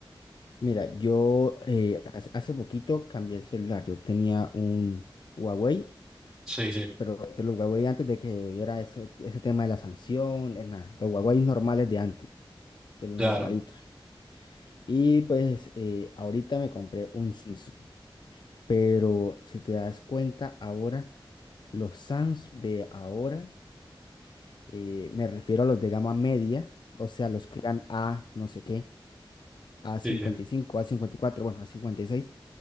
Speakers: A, on the left; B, in the centre.
A: Mira, yo eh, hace, hace poquito cambié el celular. Yo tenía un Huawei,
B: Sí, sí,
A: pero de los Huawei antes de que hubiera eso- ese tema de la sanción, es nada, los Huawei normales de antes, de los
B: claro.
A: normalitos. Y pues eh, ahorita me compré un Samsung, pero si te das cuenta ahora, los Samsung de ahora, eh, me refiero a los de gama media, o sea, los que eran A no sé qué, a cincuenta
B: sí sí
A: y cinco a cincuenta y cuatro bueno, a cincuenta y seis